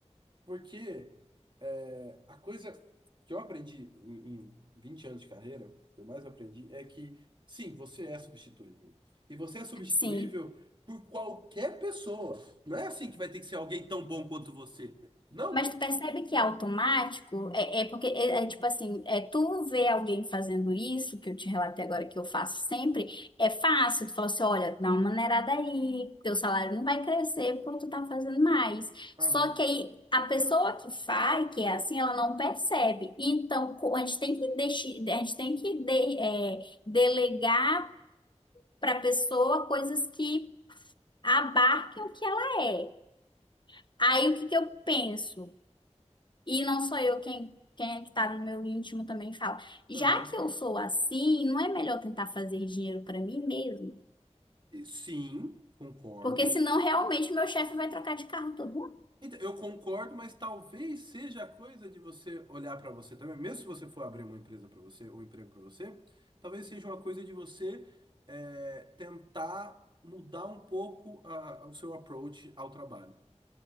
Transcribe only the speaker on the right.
Porque é, a coisa que eu aprendi em, em 20 anos de carreira, que eu mais aprendi, é que, sim, você é substituível. E você é substituível
por qualquer pessoa. Não é assim que vai ter que ser alguém tão bom quanto você. Não.
Aham,
aham.
E Sim, concordo.
Então, eu concordo, mas talvez seja a coisa de você olhar para você também, mesmo se você for abrir uma empresa para você, ou um emprego para você, talvez seja uma coisa de você é, tentar mudar um pouco a- o seu approach ao trabalho.